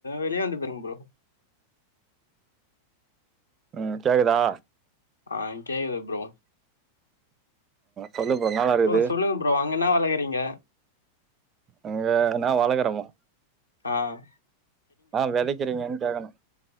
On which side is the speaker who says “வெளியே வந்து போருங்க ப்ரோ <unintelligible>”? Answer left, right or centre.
Left